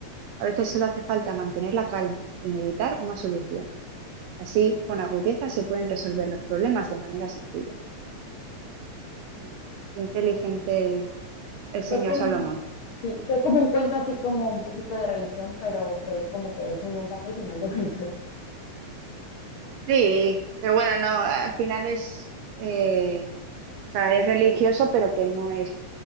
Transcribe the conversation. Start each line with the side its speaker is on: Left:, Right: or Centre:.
Right: A veces solo hace falta mantener la calma y meditar una solución. Así, con agudeza se pueden resolver los problemas de manera sencilla. Mira, qué inteligente el, el señor
Left: fue, como,
Right: Salomón.
Left: sí, fue como un cuento así como un poquito de religión, pero fue como que dejó un mensaje al final de cuentas.
Right: Sí, pero bueno, no, al final es eh, O sea, es religioso, pero que no es